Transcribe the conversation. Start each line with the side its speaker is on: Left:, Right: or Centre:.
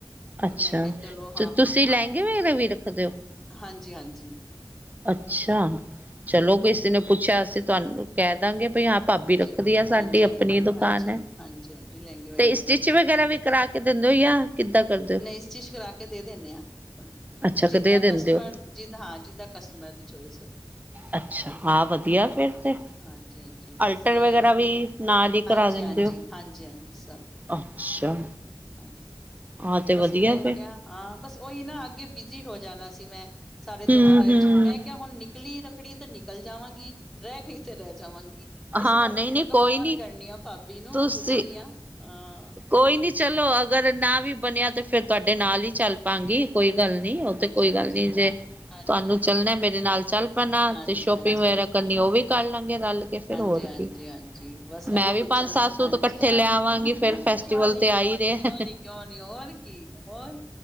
Right: ਅੱਛਾ,
Centre: ਮੈਂ ਕਿਹਾ ਚਲੋ
Right: ਤੇ ਤੁਸੀਂ ਲਹਿੰਗੇ ਵਗੈਰਾ ਵੀ ਰੱਖਦੇ ਹੋ
Centre: ਹਾਂਜੀ-ਹਾਂਜੀ
Right: ਅੱਛਾ, ਚਲੋ ਕਿਸੇ ਨੇ ਪੁੱਛਿਆ ਅਸੀਂ ਤੁਹਾਨੂੰ ਕਹਿ ਦਾਂਗੇ ਬਈ ਹਾਂ ਭਾਬੀ ਰੱਖਦੀ
Centre: ਜ਼ਰੂਰ
Right: ਆ ਸਾਡੀ
Centre: ਹਾਂਜੀ
Right: ਆਪਣੀ
Centre: ਹਾਂਜੀ
Right: ਦੁਕਾਨ
Centre: ਹਾਂਜੀ
Right: ਐ
Centre: ਹਾਂਜੀ ਹਾਂਜੀ ਲਹਿੰਗੇ ਵਗੈਰਾ
Right: ਤੇ ਸਟਿਚ
Centre: ਵੇਖ
Right: ਵਗੈਰਾ ਵੀ ਕਰਾ ਕਿ ਦਿੰਦੇ ਹੋ ਯਾ ਕਿੱਦਾਂ ਕਰਦਾ।
Centre: ਨਹੀਂ ਇਸ ਸਟੀਚ ਕਰਾ ਕੇ ਦੇ ਦਿੰਦੇ ਹਾਂ।
Right: ਅੱਛਾ
Centre: ਜਿੱਦਾਂ
Right: ਕਦੇ ਦਿੰਦੇ
Centre: ਕਸਟਮਰ
Right: ਹੋ
Centre: ਜਿੱਦਾਂ ਹਾਂ। ਜਿੱਦਾਂ ਕਸਟਮਰ ਦੀ ਚੋਇਸ ਹੋਏ।
Right: ਅੱਛਾ। ਹਾਂ, ਵਧੀਆ ਫੇਰ ਤੇ
Centre: ਹਾਂਜੀ ਹਾਂਜੀ
Right: ਅਲਟਰ
Centre: ਬਸ ਉਹੀ
Right: ਵਗੈਰਾ
Centre: ਹੈ ਨਾ
Right: ਵੀ ਨਾਲ ਦੀ ਕਰਾ
Centre: ਹਾਂਜੀ
Right: ਦਿੰਦੇ
Centre: ਹਾਂਜੀ
Right: ਹੋ।
Centre: ਹਾਂਜੀ ਹਾਂਜੀ ਸਭ
Right: ਅੱਛਾ।
Centre: ਹਾਂਜੀ।
Right: ਆਹ ਤੇ ਵਧੀਆ
Centre: ਬਸ ਮੈਂ
Right: ਫਿਰ
Centre: ਕਿਹਾ ਹਾਂ। ਬਸ ਉਹੀ ਨਾ ਅੱਗੇ ਬਿਜੀ ਹੋ ਜਾਣਾ। ਸੀ। ਮੈਂ ਸਾਰੇ
Right: ਹਮ
Centre: ਤਿਉਹਾਰਾਂ
Right: ਹਮ
Centre: ਚ 'ਮੈਂ ਕਿਹਾ ਹੁਣ ਨ ਨਿਕਲੀ। ਰੱਖੜੀ ਤੇ ਨਿਕਲ ਜਾਵਾਂਗੀ। ਰਹਿ ਗਈ ਤੇ ਰਹਿ ਜਾਵਾਂਗੀ। ਇਸ
Right: ਹਾਂ
Centre: ਕਰਕੇ
Right: ਨਹੀਂ
Centre: ਮੈਂ
Right: ਨਹੀਂ
Centre: ਕਿਹਾ,
Right: ਕੋਈ
Centre: ਫੋਨ
Right: ਨੀ
Centre: ਕਰਨੀ ਆ ਭਾਬੀ ਨੂੰ,
Right: ਤੁਸੀਂ
Centre: ਪੁੱਛਣੀ ਆ ਹਾਂ।
Right: ਕੋਈ ਨੀ ਚਲੋ, ਅਗਰ ਨਾ ਵੀ ਬਣਿਆ ਤੇ ਫਿਰ ਤੁਹਾਡੇ ਨਾਲ ਹੀ ਚੱਲ ਪਾਂਗੀ ਕੋਈ ਗੱਲ ਨੀ, ਉਹ
Centre: ਹਾਂਜੀ
Right: ਤੇ ਕੋਈ
Centre: ਹਾਂਜੀ
Right: ਗੱਲ ਨੀ,
Centre: ਹਾਂਜੀ
Right: ਜੇ
Centre: ਹਾਂਜੀ
Right: ਤੁਹਾਨੂੰ ਚੱਲਣਾ ਮੇਰੇ ਨਾਲ ਚੱਲ ਆਪਣਾ
Centre: ਹਾਂਜੀ
Right: ਤੇ ਸ਼ੋਪਿੰਗ
Centre: ਹਾਂਜੀ
Right: ਵਗੈਰਾ ਕਰਨੀ ਉਹ ਵੀ ਕਰ ਲਾਂਗੇ ਰਲ ਕੇ। ਫਿਰ ਹੋਰ
Centre: ਜ ਹਾਂਜੀ-ਹਾਂਜੀ
Right: ਕੀ
Centre: ਬਸ
Right: ਮੈਂ
Centre: ਇਹੀ
Right: ਵੀ
Centre: ਪੁੱਛਣ
Right: ਪੰਜ ਸੱਤ ਸੂਟ
Centre: ਹਾਂਜੀ।
Right: ਇਕੱਠੇ ਲੈ ਆਵਾਂਗੀ
Centre: ਕਿਉਂ
Right: ਫਿਰ ਫੈਸਟੀਵਲ
Centre: ਨੀ
Right: ਤੇ ਆ ਹੀ ਰਹੇ
Centre: ਕਿਉਂ ਨੀ। ਕਿਉਂ ਨਹੀਂ ਹੋਰ ਕੀ ਹੋਰ